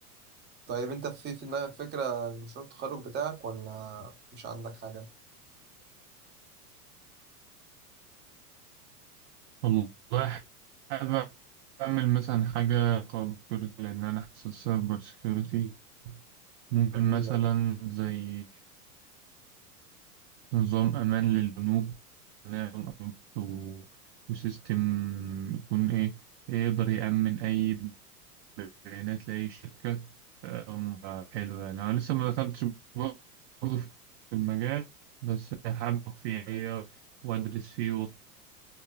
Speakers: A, on the right (about 20°); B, on the right (about 45°).
A: طيب انت في في دماغك فكرة لمشروع التخرج بتاعك ولا مش عندك حاجة
B: والله حابب أعمل مثلا حاجة خاصة بالسكيورتي لأن أنا حاسس السايبر سكيورتي ممكن
A: جميلة
B: مثلا
A: أوي.
B: زي نظام أمان للبنوك نظام بنوك و... وسيستم يكون إيه يقدر يأمن أي بيانات لأي شركة آه، حلو يعني أنا لسه ما دخلتش برضه في المجال بس حابب أقف فيه يعني، وأدرس فيه